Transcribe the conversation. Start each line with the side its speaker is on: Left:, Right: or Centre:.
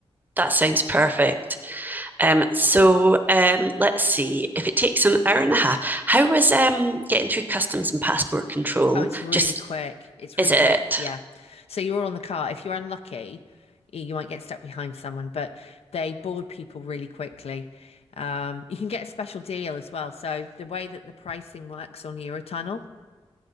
Right: That sounds perfect. Um, so um, let's see. If it takes an hour and a half, how was um getting through customs and passport control?
Left: Oh, it's really
Right: Just
Left: quick. It's
Right: is
Left: really
Right: it?
Left: quick. Yeah. So you're all on the car. If you're unlucky, y- you might get stuck behind someone, but they board people really quickly. Um, you can get a special deal as well. So the way that the pricing works on Eurotunnel.